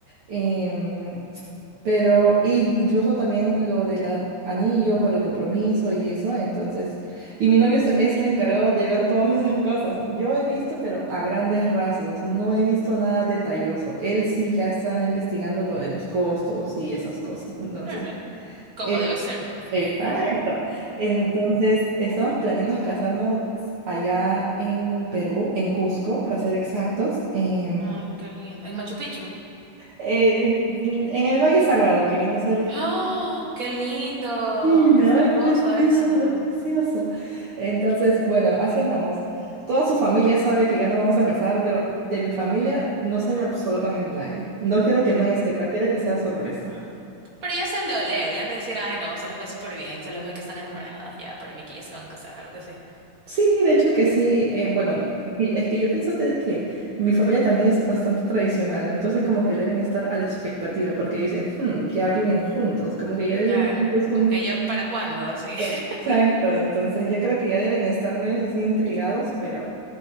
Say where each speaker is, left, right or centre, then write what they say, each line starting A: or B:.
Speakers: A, on the right; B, on the right.
A: Em, pero in- incluso también lo del an- anillo por el compromiso y eso. Entonces, y mi novio es es el encargado de ver todas esas cosas. Yo he visto, pero a grandes rasgos. No he visto nada detalloso. Él sí ya está investigando lo de los costos y esas cosas. Entonces,
B: Claro, como
A: él-
B: debe ser.
A: exacto. Entonces, estamos planeando casarnos allá en Perú, en Cusco, para ser exactos, en,
B: Ay, qué lindo. En Machu Picchu.
A: eh, en el Valle Sagrado, que viene a ser
B: ¡Ah! ¡Qué lindo!
A: Sí, no,
B: Está
A: es
B: hermoso
A: precioso,
B: eso.
A: es precioso. Entonces, bueno, así andamos. Toda su familia sabe que ya nos vamos a casar, pero de mi familia no sabe absolutamente nadie. No quiero que nadie
B: Mm.
A: sepa, quiero que sea sorpresa.
B: Pero ya se han de oler, ya han de decir, ay no, se los ve súper bien, se los ve que están enamorados, ya, para mí que ya se van a casar, algo así.
A: Sí, de hecho que sí. eh, bueno, es que es que yo pienso de que mi familia también es bastante tradicional, ¿no? entonces como que deben estar a la expectativa porque dicen, "Hmm, ya viven juntos, como que ya viven
B: Claro,
A: juntos un...
B: como que ya, ¿para cuándo? Así,
A: Exacto,
B: <laughs>
A: entonces yo creo que ya deben estar medios así intrigados, pero...